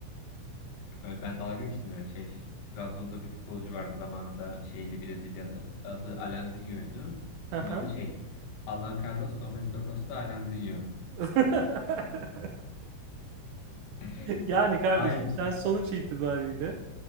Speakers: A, on the left; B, on the right.
A: Evet, ben dalga geçtim yani şey. Trabzon'da bir futbolcu vardı zamanında şeyli Brezilya'da. Adı Alanzinho'ydu.
B: Hı
A: Tam
B: hı.
A: adı şey. Alan Carlos Domés de Costa Alanzinho.
B: <laughs>
A: <laughs>
B: Yani kardeşim
A: Aynı.
B: sen sonuç itibariyle